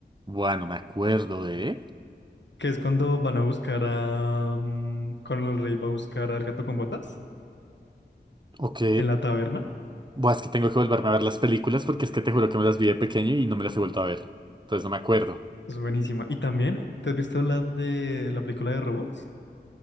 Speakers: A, on the right; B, on the left.
A: Bueno, me acuerdo de...
B: Que es cuando van a buscar a... mm, cuando el rey va a buscar al gato con botas
A: Ok.
B: en la taberna.
A: Buah, es que tengo que volverme a ver las películas porque es que te juro que me las vi de pequeño y no me las he vuelto a ver. Entonces no me acuerdo.
B: Es buenísima. Y también, ¿te has visto la de la película de robots?